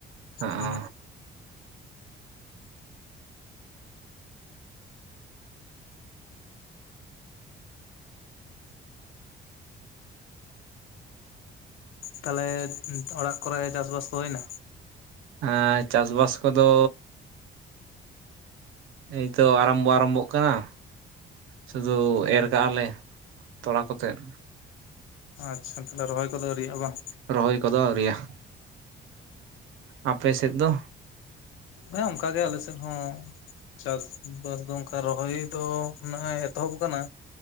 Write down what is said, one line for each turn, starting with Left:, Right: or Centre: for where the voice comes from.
Right: ᱦᱚᱸᱜᱼᱚ
Left: ᱦᱩᱸ, ᱛᱟᱦᱚᱞᱮ ᱚᱲᱟᱜ ᱠᱚᱨᱮ ᱪᱟᱥ ᱵᱟᱥ ᱠᱚ ᱦᱩᱭᱱᱟ?
Right: ᱮᱸᱻ ᱪᱟᱥ ᱵᱟᱥ ᱠᱚᱫᱚ ᱮᱭ ᱛᱚ ᱟᱨᱚᱢᱵᱚ ᱟᱨᱟᱢᱵᱚᱜ ᱠᱟᱱᱟ, ᱥᱩᱫᱷᱩ ᱮᱨ ᱠᱟᱜᱼᱟ ᱞᱮ᱾ ᱛᱚᱲᱟ ᱠᱚᱛᱮᱫ,
Left: ᱟᱪᱷᱟ ᱛᱟᱦᱚᱞᱮ ᱨᱚᱦᱚᱭ ᱠᱚᱫᱚ ᱟᱹᱣᱤᱭᱜᱼᱟ ᱵᱟᱝ?
Right: ᱨᱚᱦᱚᱭ ᱠᱚᱫᱚ ᱟ. ᱣᱨᱤᱭᱟ᱾ ᱟᱯᱮ ᱥᱮᱫ ᱫᱚ?
Left: ᱦᱮᱸ ᱚᱱᱠᱟ ᱜᱮ ᱟᱞᱮ ᱥᱮᱫ ᱦᱚᱸ, ᱪᱟᱥ ᱵᱟᱥ ᱫᱚ ᱚᱱᱠᱟ ᱨᱚᱦᱚᱭ ᱫᱚ ᱱᱟᱦᱟᱜ ᱮᱛᱚᱦᱚᱵ ᱟᱠᱟᱱᱟ,